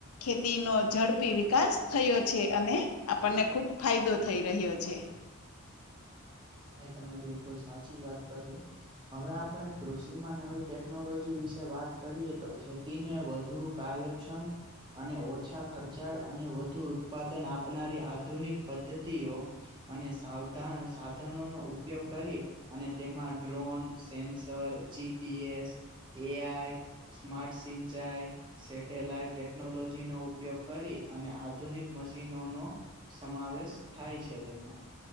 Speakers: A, on the left (about 75°); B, on the right (about 20°).
A: ખેતીનો ઝડપી વિકાસ થયો છે અને આપણને ખુબ ફાયદો થઈ રહ્યો છે.
B: એ તમે બિલકુલ સાચી વાત કહી. હવે આપણે કૃષિમાં નવી ટેકનોલોજી વિશે વાત કરીએ તો ખેતીને વધુ કાર્ય ક્ષમ અને ઓછા ખર્ચાળ અને વધુ ઉત્પાદન આપનારી આધુનિક પદ્ધતિઓ અને સાવધા-સા ધનોનો ઉપયોગ કરી અને તેમાં drone, sensor, GPS AI, smart સિંચાઈ સેટેલાઈટ ટેકનોલોજીનો ઉપયોગ કરી અને આધુનિક મશીનોનો સમાવેશ થાય છે તેમાં,